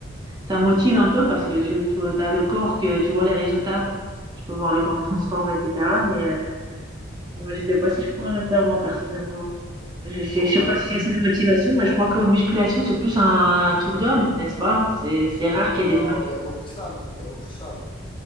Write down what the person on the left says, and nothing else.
Hum.
Pourquoi?
Non,
il y a beaucoup de femmes, il y a beaucoup de femmes.